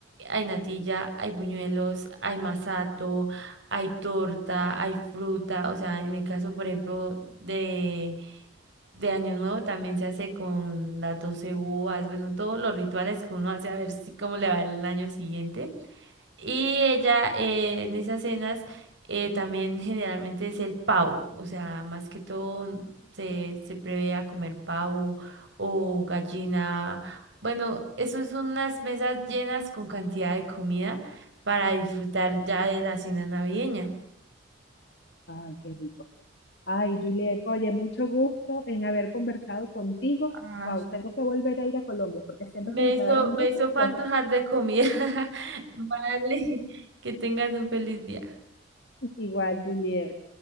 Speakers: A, on the right; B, on the left.
A: Hay natilla, hay buñuelos, hay masato, hay torta, hay fruta, o sea, en el caso, por ejemplo, de, de Año Nuevo también se hace con las 12 uvas, bueno, todos los rituales que uno hace a ver si cómo le va el año siguiente. Y ella eh, en esas cenas eh, también generalmente es el pavo, o sea, más que todo n- se, se prevé a comer pavo o gallina. Bueno, eso son unas mesas llenas con cantidad de comida para disfrutar ya de la cena navideña.
B: Ay, qué rico. Ay, Juliet, oye, mucho gusto en haber conversado contigo.
A: Ay,
B: Wow, tengo que volver a ir a Colombia porque siento
A: Me
B: que me
A: hizo,
B: quedaron
A: me
B: muchas
A: hizo fantojar
B: cosas.
A: de comida. <laughs> Vale, que tengas un feliz día.
B: <laughs> Igual, Juliet.